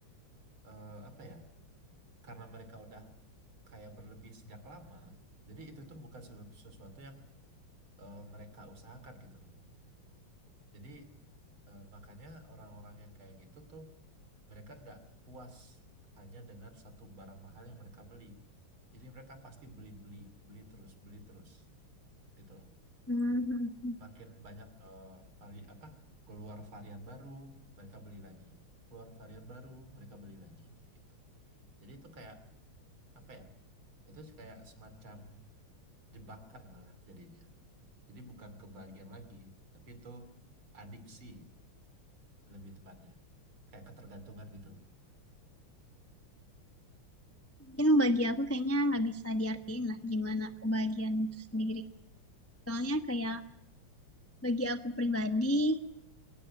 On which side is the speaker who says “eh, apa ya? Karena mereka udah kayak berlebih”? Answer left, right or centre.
Right